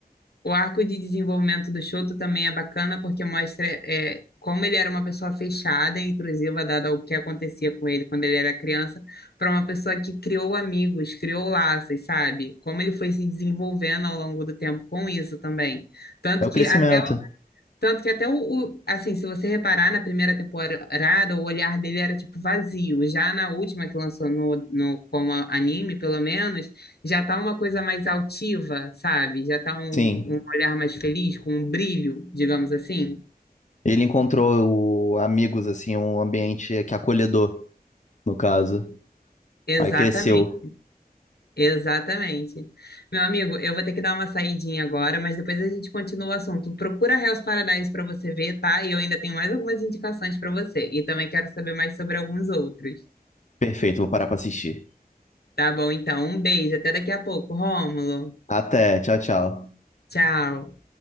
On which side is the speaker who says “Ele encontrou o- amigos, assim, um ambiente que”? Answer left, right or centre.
Left